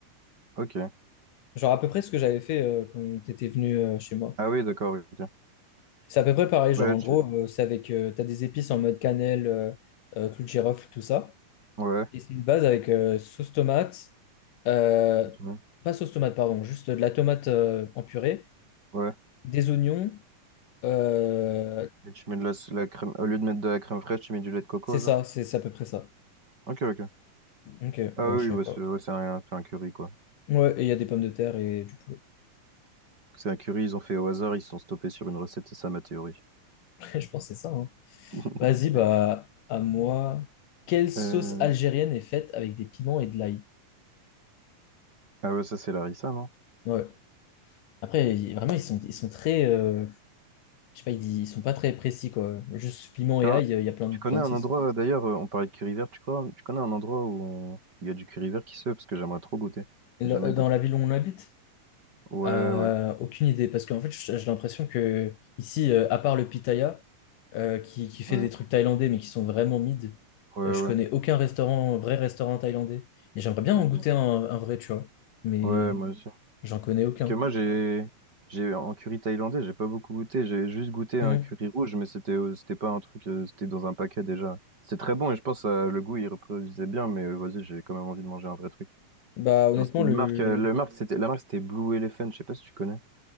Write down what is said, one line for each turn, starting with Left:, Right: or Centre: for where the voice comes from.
Right: Ok.
Left: Genre à peu près ce que j'avais fait euh, quand t'étais venu euh, chez moi.
Right: Ah oui, d'accord, ok.
Left: C'est à peu près pareil. Genre
Right: Ouais,
Left: en
Right: tu...
Left: gros, euh, c'est avec... euh, t'as des épices en mode cannelle, euh, euh, clou de girofle, tout ça.
Right: Ouais.
Left: Et c'est une base avec euh, sauce tomate, euh,
Right: ok,
Left: pas sauce tomate, pardon, juste de la tomate euh, en purée,
Right: Ouais.
Left: des oignons, euh,
Right: Et tu mets de la, la crème... Au lieu de mettre de la crème fraîche, tu mets du lait de coco,
Left: c'est ça,
Right: genre?
Left: c'est c'est à peu près ça.
Right: Ok, ok.
Left: Ok,
Right: Ah
Left: bah
Right: oui,
Left: je savais
Right: bah,
Left: pas.
Right: c'est ouais, c'est un... c'est un curry, quoi.
Left: Ouais, et il y a des pommes de terre et du poulet.
Right: C'est un curry, ils ont fait au hasard, ils se sont stoppés sur une recette, c'est ça ma théorie.
Left: <laughs> Je pense que c'est ça, hein.
Right: <laughs>
Left: Vas-y, bah à moi. Quelle sauce
Right: Euh,
Left: algérienne est faite avec des piments et de l'ail?
Right: Ah ouais, ça c'est Larissa, non?
Left: Ouais. Après, il- vraiment, ils sont, ils sont très. euh, je sais pas, ils, ils sont pas très précis, quoi. Juste piment
Right: T'as
Left: et ail,
Right: un-
Left: euh, il y a plein
Right: Tu
Left: de,
Right: connais
Left: plein
Right: un
Left: de sauces.
Right: endroit, d'ailleurs, euh, on parlait de curry vert, tu crois? Tu connais un endroit où on- il y a du curry vert qui se fait parce que j'aimerais trop goûter.
Left: Là,
Right: J'ai Jamais
Left: euh,
Right: goûté.
Left: Dans la ville où on habite?
Right: Ouais,
Left: Euh,
Right: ouais,
Left: aucune idée, parce qu'en fait, j- j'ai l'impression que ici, euh, à part le Pitaya, euh, qui, qui fait
Right: ouais,
Left: des trucs thaïlandais, mais qui sont vraiment mid,
Right: ouais,
Left: euh, je
Right: ouais.
Left: connais aucun restaurant, vrai restaurant thaïlandais. Et j'aimerais bien
Right: ok.
Left: en goûter un, un vrai, tu vois, mais
Right: Ouais, moi aussi.
Left: j'en connais aucun.
Right: Parce que moi j'ai j'ai en curry thaïlandais, j'ai pas beaucoup goûté, j'ai juste goûté un
Left: Hmm.
Right: curry rouge, mais c'était euh, c'était pas un truc, euh, c'était dans un paquet déjà. C'était très bon et je pense euh, le goût il reproduisait bien, mais euh, vas-y, j'ai quand même envie de manger un vrai truc.
Left: Bah, honnêtement,
Right: Genre c'était une
Left: le.
Right: marque, euh, le marque c'était la marque c'était Blue Elephant, je sais pas si tu connais.